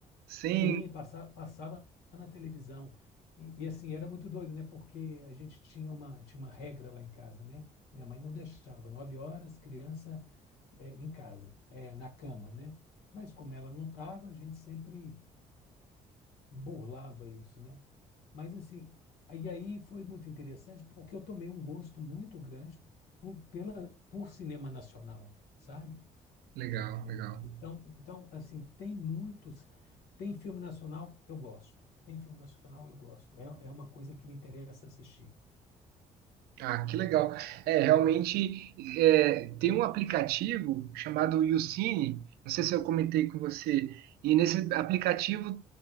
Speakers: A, on the right; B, on the left.
A: sem.
B: Sim, passa- passava na televisão. E, e, assim, era muito doido, né? Porque a gente tinha uma, tinha uma regra lá em casa, né? Minha mãe não deixava, nove horas, criança é, em casa, é, na cama, né? Mas como ela não estava, a gente sempre burlava isso, né? Mas assim, aí aí foi muito interessante porque eu tomei um gosto muito grande por, pela, por cinema nacional, sabe?
A: Legal, legal.
B: Então, então, assim, tem muitos. Tem filme nacional, eu gosto. Tem filme nacional, eu gosto. É, é uma coisa que me interessa assistir.
A: Ah, que legal. É, realmente é, tem um aplicativo chamado YouCine, não sei se eu comentei com você, e nesse aplicativo